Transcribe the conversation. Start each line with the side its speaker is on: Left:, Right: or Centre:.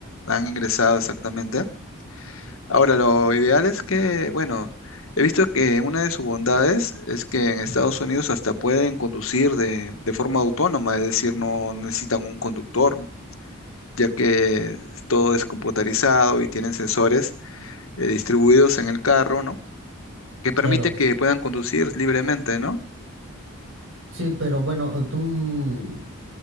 Left: han ingresado exactamente. Ahora, lo ideal es que, bueno, he visto que una de sus bondades es que en Estados
Right: Ujú.
Left: Unidos hasta pueden conducir de, de forma autónoma, es decir, no necesitan un conductor, ya que todo es computarizado y tienen sensores eh, distribuidos en el carro, ¿no? Que permite
Right: Claro.
Left: que puedan conducir libremente, ¿no?
Right: Sí, pero bueno, tú,